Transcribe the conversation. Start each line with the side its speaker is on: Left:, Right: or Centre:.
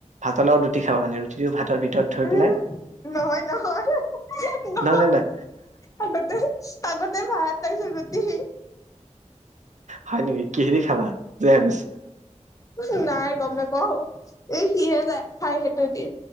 Right: ভাতৰ লগত ৰুটি খাব মানে ৰুটিটো ভাতৰ ভিতৰত থৈ
Left: উম
Right: পেলাই
Left: নহয় নহয় নহ
Right: নহয় নহয় নহয়
Left: আগতে আগতে ভাত তাৰ পিছত ৰুটি
Right: হয় নেকি? কিহেদি খাবা জেমছ
Left: উম নাই গম নেপাওঁ এই সি হে যায় খাই সেইটো দি।